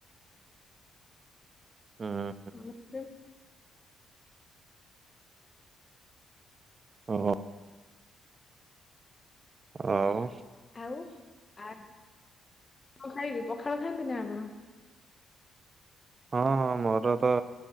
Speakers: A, on the right (about 35°); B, on the left (about 25°).
A: ହଁ।
B: ଆମ ଘରେ
A: ଓହୋ ଆଉ
B: ଆଉ ଆ ଖାଇବି ପଖାଳ ଖାଆନ୍ତି ନା ଆପଣ?
A: ହଁ ହଁ ମୋର ତ